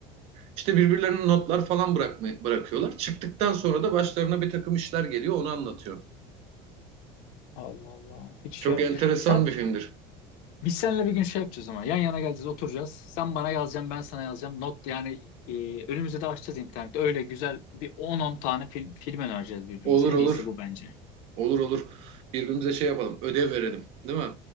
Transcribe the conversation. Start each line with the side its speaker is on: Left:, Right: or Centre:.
Right: İşte birbirlerine notlar falan bırakma, bırakıyorlar. Çıktıktan sonra da başlarına bir takım işler geliyor onu anlatıyor.
Left: Allah Allah. Hiç şey
Right: Çok
Left: yap.
Right: enteresan
Left: Sen
Right: bir filmdir.
Left: biz seninle bir gün şey yapacağız ama. Yan yana geleceğiz, oturacağız. Sen bana yazacaksın, ben sana yazacağım. Not yani e, önümüzde de açacağız internette. Öyle güzel bir on on tane film, film önereceğiz birbirimize.
Right: Olur
Left: En
Right: olur.
Left: iyisi bu bence.
Right: Olur olur. Birbirimize şey yapalım. Ödev verelim. Değil mi?